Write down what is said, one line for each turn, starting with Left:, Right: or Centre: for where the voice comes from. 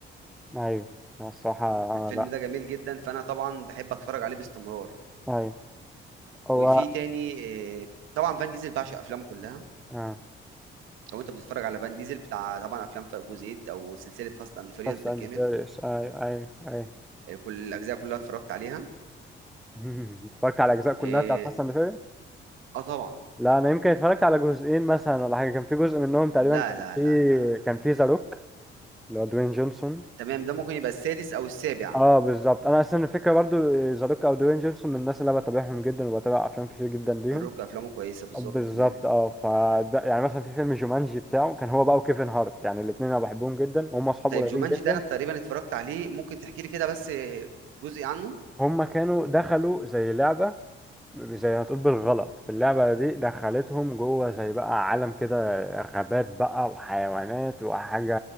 Centre: ايوه لا، الصراحه آه
Right: الفيلم
Centre: لا
Right: ده جميل جدا فانا طبعا بحب اتفرج عليه باستمرار
Centre: ايوه هو
Right: وفي تاني آه، طبعا فان ديزل بعشق افلامه كلها
Centre: اه
Right: لو انت بتتفرج على فان ديزل بتاع طبعا افلام في جزئيه او سلسله فاست اند فيريوس
Centre: فاست
Right: بالكامل
Centre: اند فيريوس ايوه ايوه ايوه
Right: آه، كل الاجزاء كلها اتفرجت عليها
Centre: <laughs> اتفرجت على الاجزاء كلها
Right: اه
Centre: بتاعت فاست اند
Right: آه طبعا
Centre: لا انا يمكن اتفرجت على جزئين مثلا ولا حاجه كان في جزء منهم تقريبا
Right: لا
Centre: كان
Right: لا
Centre: في
Right: لا لا لا
Centre: كان في ذا روك اللي هو دوين جونسون
Right: تمام ده ممكن يبقى السادس او السابع
Centre: اه بالظبط انا اصلا الفكره برضو آه، ذا روك او دوين جونسون من الناس اللي انا بتابعهم جدا وبتابع افلام كتير جدا ليهم
Right: الروك افلامه كويسه بالظبط
Centre: آه، بالظبط
Right: تمام
Centre: اه فده يعني مثلا في فيلم جومانجي بتاعه كان هو بقى وكيفن هارت يعني الاثنين انا بحبهم جدا وهم اصحاب
Right: طيب
Centre: قريبين
Right: جومانجي
Centre: جدا
Right: ده انا تقريبا اتفرجت عليه ممكن تحكي لي كده بس آه، جزء عنه
Centre: هم كانوا دخلوا زي لعبه زي ما تقول بالغلط اللعبة دي دخلتهم جوه زي بقى عالم كده غابات بقى وحيوانات وحاجة